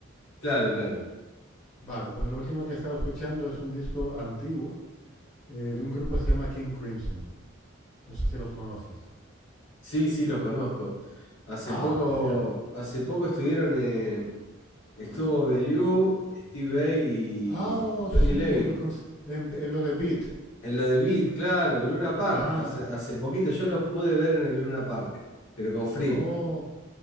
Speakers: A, on the left (about 80°); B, on the left (about 35°).
A: Claro, claro.
B: Vale, pues lo último que he estado escuchando es un disco antiguo eh, de un grupo que se llama King Crimson. No sé si los conoces.
A: Sí, sí, los conozco. Hace
B: Ah,
A: poco,
B: genial.
A: hace poco estuvieron en... Estuvo Belew, Steve Vai y
B: Ah, oh,
A: Tony
B: sí,
A: Levin.
B: en, el, cons- en,
A: Eh,
B: en lo de Beat.
A: En lo de Beat, claro, en Luna Park.
B: Ma,
A: Hace, hace poquito yo los pude ver en el Luna Park, pero con Fripp,
B: oh,